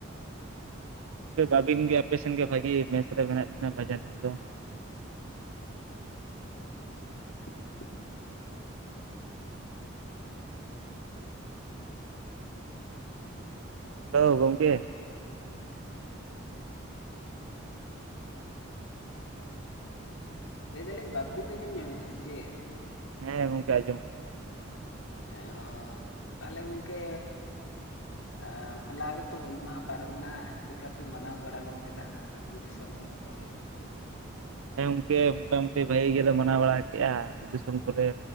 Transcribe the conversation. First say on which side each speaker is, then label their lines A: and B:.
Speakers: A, on the right; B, on the left.
A: ᱜᱮ ᱵᱟᱵᱤᱱ ᱜᱮ ᱟᱯᱮᱥᱮᱱ ᱜᱮ ᱵᱷᱟᱹᱜᱤ ᱢᱮᱥ ᱨᱮ ᱢᱮᱱᱟᱜ ᱵᱤᱱᱟ ᱵᱟᱡᱟᱨ ᱫᱤᱥᱚᱢ
B: <inaudible>
A: ᱦᱮᱞᱳ ᱜᱚᱝᱠᱮ
B: ᱞᱟᱹᱭ ᱫᱟᱞᱤᱧ ᱵᱟᱵᱵᱤᱱ ᱟᱸᱡᱚᱢ ᱧᱟᱢ ᱫᱟ ᱥᱮ ᱪᱮᱫ
A: ᱦᱮᱸ ᱜᱚᱝᱠᱮ ᱟᱸᱡᱚᱢ
B: ᱮ ᱚᱞ ᱛᱟᱦᱞᱮ ᱜᱚᱝᱠᱮ ᱟ ᱦᱚᱞᱟ ᱜᱮ ᱛᱚ ᱦᱩᱞ ᱢᱟᱦᱟ ᱯᱟᱨᱚᱢᱱᱟ ᱪᱮᱫᱠᱟ ᱯᱮ ᱢᱟᱱᱟᱣ ᱵᱟᱲᱟ ᱜᱚᱫ ᱠᱮᱫᱟ ᱟᱹᱛᱩ ᱫᱤᱥᱚᱢ ᱠᱚᱨᱮ ᱛᱚᱵᱮ
A: ᱦᱮᱸ ᱜᱚᱝᱠᱮ ᱢᱚᱴᱟᱢᱩᱴᱤ ᱵᱷᱟᱹᱜᱤ ᱜᱮᱞᱮ ᱢᱟᱱᱟᱣ ᱵᱟᱲᱟ ᱠᱮᱜᱼᱟ, ᱟᱹᱛᱩ ᱫᱤᱥᱚᱢ ᱠᱚᱨᱮ